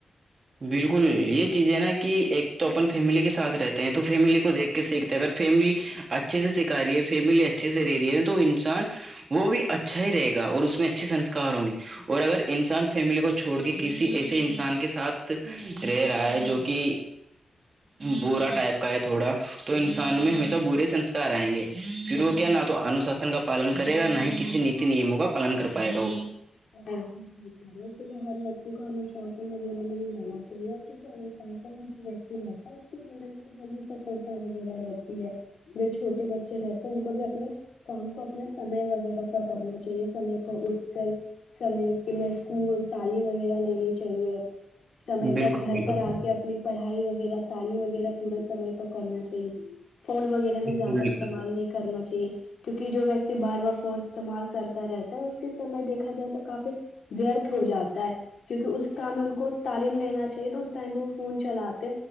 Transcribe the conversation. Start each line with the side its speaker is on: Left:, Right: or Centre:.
Right: بالکل یہ چیز ہے نا کہ ایک تو اپن فیملی کے ساتھ رہتے ہیں تو فیملی کو دیکھ کے سیکھ اگر فیملی اچھے سے سکھا رہی ہے فیملی اچھے سے رہ رہی ہے تو انسان وہ بھی اچھا ہی رہے گا اور اس میں اچھے سنسکار ہوں گے اور اگر انسان فیملی کو چھوڑ کے کسی ایسے انسان کے ساتھ رہ رہا ہے جو کہ برا ٹائپ کا ہے تھوڑا تو انسان میں ہمیشہ برے سنسکار آئیں گے پھر وہ کیا نہ تو انوشاسن کا پالن کرے گا نہ ہی کسی نیتی نیموں کا پالن کر پائے گا وہ
Left: اس لیے ہر ویکتی کو انوشاسن وغیرہ نہیں رہا چاہیے سم میں جو وتی ہےتا اس کی زندگ میں جی سفلتا وغیرہ رہتی ہے جو چھوٹے بچے رہتے ہیں ان کو بھی اپنے کام کو اپنا سمے وغیرہ پر کرنا چاہیے سمے پر اٹھ کر سمے میں اسکول تعلیم وغیرہ لینی چاہیے سمے
Right: بالکل
Left: پر گھر
Right: بالکل
Left: پر آ کے اپنی پڑھائی وغیرہ تعلیم وغیرہ پورے سمے پر کرنا چاہیے فون وغیرہ میں زیادہ
Right: بالکل
Left: استعمال نہیں کرنا چاہیے کیونکہ جو ویکتی بار بار فون استعمال کرتا رہتا ہے اس کے سمے دیکھا جات تو کافی ورت ہو جاتا ہے کیونکہ اس کاٹم میں ان کو تعلیم لینا چاہیے تو اس ٹائم پہ وہ فون چلاتے